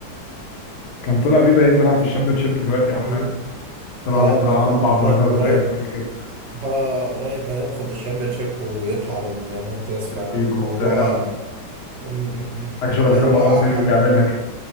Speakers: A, on the left (about 85°); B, on the right (about 70°).
A: كان طلع بيه باين بيلعب في الشامبيونشيب دلوقتي او حاجة
B: مم.
A: طلع
B: اه
A: بيه بتاع اربع درجات
B: بقى- قريب
A: باين حاجة كده
B: اه قريب هياخد الشامبيونشيب ويطلع للممتاز
A: بريمير
B: فالموضوع
A: ليج وبتاع
B: مم.
A: حاجة شبه اللي
B: هو
A: كان مروان سري
B: حب
A: بيعملها